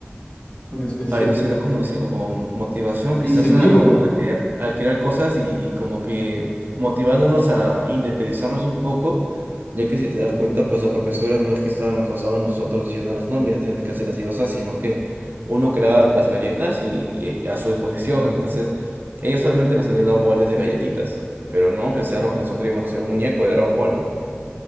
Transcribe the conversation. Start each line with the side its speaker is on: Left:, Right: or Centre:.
Left: una especie
Right: Ay, no
Left: de
Right: sabría cómo decirlo, con motivación
Left: incentivo.
Right: quizás a, a- a crear, a crear cosas y, y como que motivándonos a independizarnos un poco, ya que si te das cuenta, pues las profesoras no es que estaban acosados a nosotros diciéndonos, no, mira, tienes que hacer así o así, sino que uno creaba las galletas y, y a su disposición, entonces ellos solamente nos habían dado moldes de galletitas, pero no pensaron que nosotros íbamos a hacer un muñeco de Dragon Ball, ¿no?